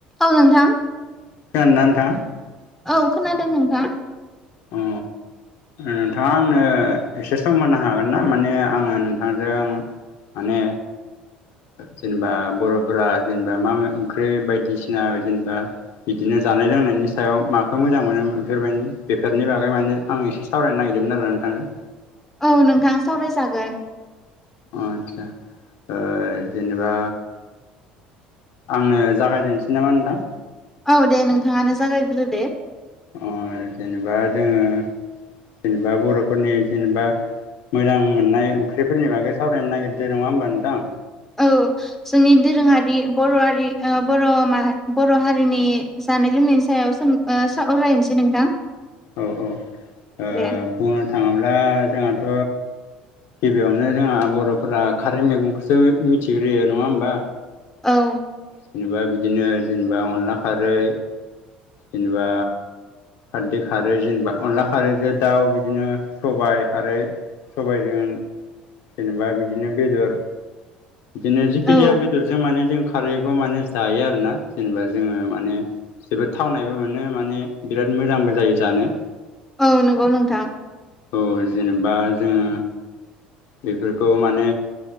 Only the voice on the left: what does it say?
<unintelligible>
अ। नोंथाङा आंनो एसे सम होनो हागोन ना माने आङो नोंथांजों माने जेनेबा बर'फोरा जेनेबा माा ओंख्रि बायदिसिना जेनेबा बिदिनो जानाय लोंनायनि सायाव माखौ मोजां मोनो बेफोरबायदि बेफोरनि बागै माने आं एसे सावरायनो नागिरदोंमोन आरो नोंथांजों
आचचसा जेनेबा आंनो जागायजेनसै नामा नोंथां
ओ जेनेबा जोङो जेनेबा बर'फोरनि जेनेबा मोजां मोननाय ओंख्रिफोरनि बागै सावरायनो नागिरदोंो नङा होमबा नोंथां
औ औ
बुंनो थाङोब्ला जोंहाथ' गिबियावनो जोंहा बर'फोरा खारै मैगंखौसो मिथिग्रोयो नङा होमबा
जेनेबा बिदिनो जेनेबा अनला खारै जेनेबा खारदै खारो जेनेबा अनला खारोजों दाउ बिदिनो सबाय खारै सबायजों जेनेबा बिदिनो बेदर बिदिनो जिेखि
जाया बेदरजों माने जों खारैखौ माने जायो आरो ना जेनेबा जोङो माने जोबोद थावनायबो मोनो माने बिराद मोजांबो जायो जानो
औ जेनेबा जोङो बेफोरखौ माने